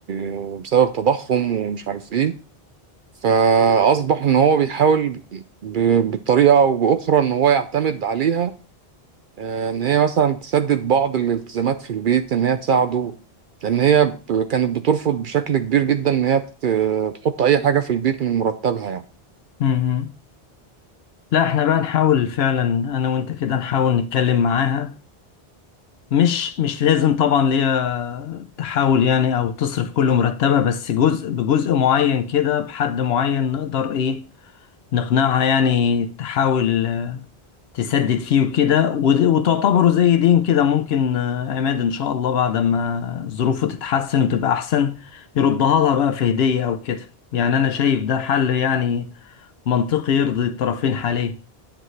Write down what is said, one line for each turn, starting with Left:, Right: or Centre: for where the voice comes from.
Right: آه، بسبب تضخم ومش عارف ايه فأصبح ان هو بيحاول ب... بطريقة او بأخرى ان هو يعتمد عليها آه، ان هي مثلا تسدد بعض الالتزامات في البيت ان هي تساعده لان هي ب- كانت بترفض بشكل كبير جدا ان هي ت- تحط اي حاجه في البيت من مرتبها يعني
Left: مم. لا احنا بقى نحاول فعلا أنا وأنت كده نحاول نتكلم معاها مش مش لازم طبعا ليا تحاول يعني أو تصرف كل مرتبة بس جزء بجزء معين كده بحد معين نقدر إيه نقنعها يعني تحاول آه، تسدد فيه وكده وده- وتعتبره زي دين كده ممكن آه، عماد ان شاء الله بعد ما ظروفه تتحسن وتبقى احسن يردها لها بقى في هدية او كده يعني انا شايف ده حل يعني منطقي يرضي الطرفين حاليا